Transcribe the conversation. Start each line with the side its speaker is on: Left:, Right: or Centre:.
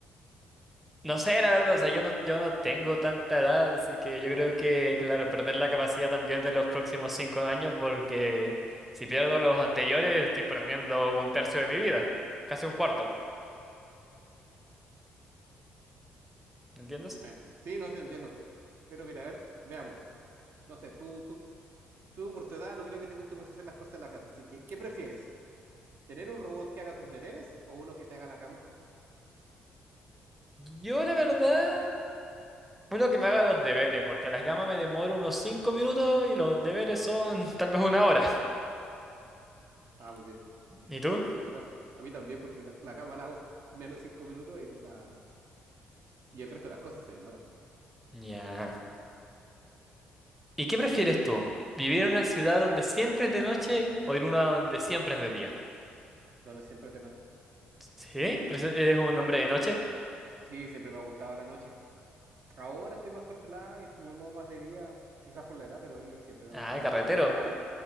Centre: no sé, la verdad, o sea, yo no, yo no tengo tanta edad, así que yo creo que, claro, perder la capacidad también de los próximos cinco años, porque si pierdo los anteriores, estoy perdiendo un tercio de mi vida, casi un cuarto, ¿me entiendes?
Right: Bueno, sí, no sé, te entiendo. Pero mira, a ver, veamos. no sé, tú, tú, tú por tu edad no creo que te guste mucho hacer las cosas en la casa, así que, ¿qué prefieres? ¿Tener un robot que haga tus deberes o uno que te haga la cama?
Centre: Yo, la verdad, uno que me haga los deberes, porque a las gamas me demoro unos cinco minutos y los deberes son <laughs> tal vez una hora.
Right: Ah, muy bien.
Centre: ¿Y tú?
Right: Sí, en todo caso. A mí también, porque la, la cama la hago menos de cinco minutos y, la, y el resto de las cosas se demora,
Centre: Ya. ¿Y qué prefieres tú? ¿Vivir en una ciudad donde siempre es de noche o en una donde siempre es de día?
Right: donde siempre es de noche.
Centre: ¿Sí? ¿Pero ese- ¿Eres un
Right: Sí,
Centre: hombre de noche?
Right: sí, siempre me ha gustado la noche. Ahora estoy más controlado y me muevo más de día, quizás por la edad, pero a mí siempre me
Centre: Ah,
Right: ha gustado
Centre: carretero.
Right: la noche, me gustaba...